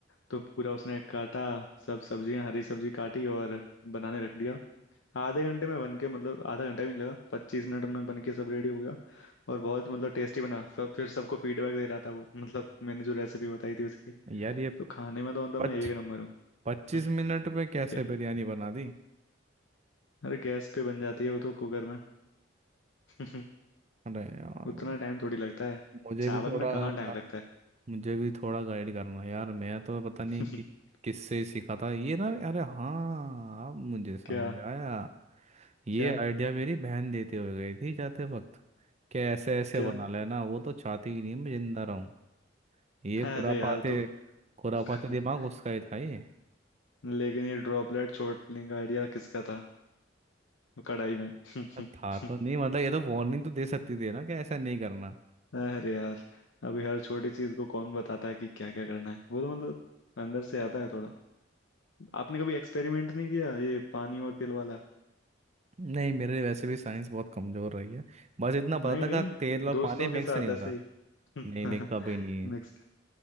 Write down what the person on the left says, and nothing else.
तो पूरा उसने काटा सब सब्जियां हरी सब्जी काटी और बनाने रख दिया आधे घंटे में बन के मतलब आधा घंटा भी नहीं लगा पच्चीस मिनट में बन के सब रेडी हो गया और बहुत मतलब टेस्टी बना फ- फिर सबको फीडबैक दे रहा था वो मतलब मैंने जो रेसिपी बताई थी उसकी
तो खाने में तो मतलब
मैं एक नंबर हूँ
हम्म,
ये-
अरे गैस पे बन जाती है वो तो कुकर में <laughs>
उतना टाइम थोड़ी लगता है
चावल
में कहाँ टाइम
लगता है
<laughs>
क्या
क्या
क्या
अरे
यार तो
<laughs>
लेकिन ये ड्रॉपलेट छोड़ने का आइडिया किसका था कढ़ाई में <laughs>
अरे यार अभी हर छोटी चीज को कौन बताता है कि क्या क्या करना है वो तो मतलब अंदर से आता है थोड़ा आपने कभी एक्सपेरिमेंट नहीं किया ये पानी और तेल वाला
नहीं नहीं
दोस्तों
के साथ
ऐसे ही <laughs>
मिक्स